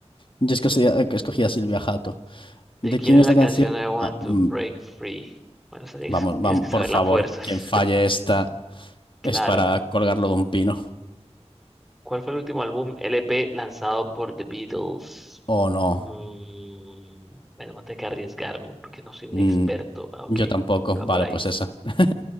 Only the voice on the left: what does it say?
Yo es que, escogí que escogí a Silvia Jato.
¿De
quién
es
la canción?
Ah, mm,
Vamos, vamos,
por
favor,
quien falle
esta
es para colgarlo de un pino.
Oh, no.
Mm,
yo tampoco.
Vale,
pues esa. <laughs>